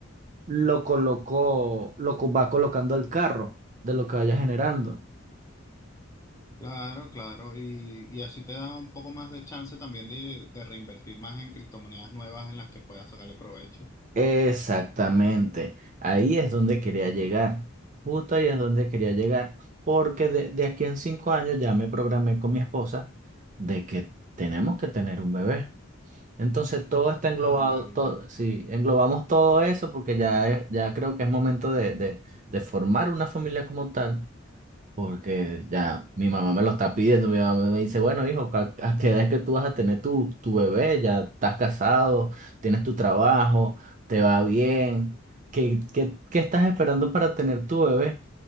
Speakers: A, on the right; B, on the left.
A: lo coloco, lo co- va colocando el carro de lo que vaya generando.
B: Claro, claro. Y, y así te da un poco más de chance también de, de reinvertir más en criptomonedas nuevas en las que puedas sacarle provecho.
A: Exactamente, ahí es donde quería llegar, justo ahí es donde quería llegar, porque de, de aquí en cinco años ya me programé con mi esposa de que tenemos que tener un bebé. Entonces todo está englobado,
B: Ay,
A: todo,
B: ya.
A: sí, englobamos todo eso porque ya, es- ya creo que es momento de, de, de formar una familia como tal. Porque ya mi mamá me lo está pidiendo, mi mamá me dice, bueno, hijo, ¿a a qué edad es que tú vas a tener tu, tu bebé? Ya estás casado, tienes tu trabajo, te va bien. ¿Qué, qué, qué estás esperando para tener tu bebé?